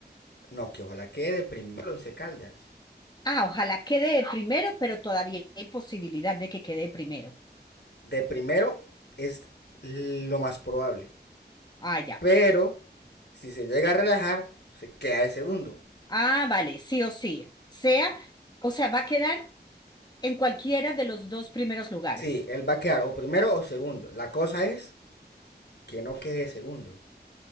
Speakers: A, on the left; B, on the left.
A: No, que ojalá quede de primero Once Caldas.
B: Ah, ojalá quede de primero, pero todavía hay posibilidad de que quede de primero.
A: De primero es lo más probable.
B: Ah, ya.
A: Pero si se llega a relajar, se queda de segundo.
B: Ah, vale, sí o sí. Sea, o sea, va a quedar en cualquiera de los dos primeros lugares.
A: Sí, él va a quedar o primero o segundo. La cosa es que no quede de segundo.